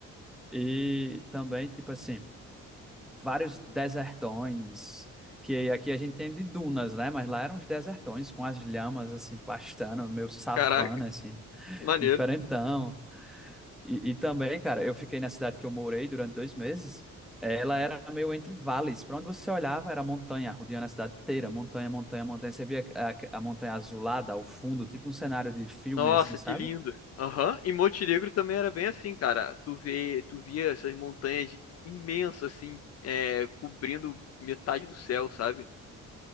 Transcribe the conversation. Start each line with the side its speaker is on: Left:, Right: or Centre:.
Centre: e também, tipo assim, vários desertões, que aqui a gente tem de dunas, né? Mas lá eram os desertões, com as lhamas, assim, pastando, meio savana,
Left: Caraca,
Centre: assim,
Left: maneiro.
Centre: diferentão. E, e também, cara, eu fiquei na cidade que eu morei durante dois meses. eh, Ela era meio entre vales. Para onde você olhava era montanha, rodeando a cidade inteira, montanha, montanha, montanha. Você via a, a montanha azulada ao fundo, tipo um cenário de filme,
Left: Nossa,
Centre: assim, sabe?
Left: que lindo. Aham. E Montenegro também era bem assim, cara. Tu vê, tu via essas montanhas imensas assim, é, cobrindo metade do céu, sabe?